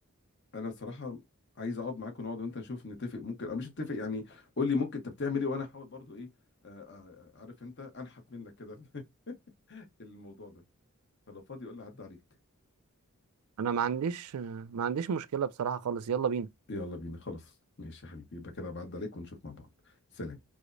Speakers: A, on the left; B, on the right.
A: انا صراحه عايز اقعد معاك ونقعد وانت نشوف نتفق ممكن او مش نتفق يعني قول لي ممكن انت بتعمل ايه وانا احاول برضو ايه آه، آه، آه، عارف انت انحت منك كده <laughs> الموضوع ده فلو فاضي قول لي عدى عليك
B: انا ما عنديش ما عنديش مشكلة بصراحة خالص يلا بينا
A: يلا بينا خلاص ماشي يا حبيبي يبقى كده بعد عليك ونشوف مع بعض سلام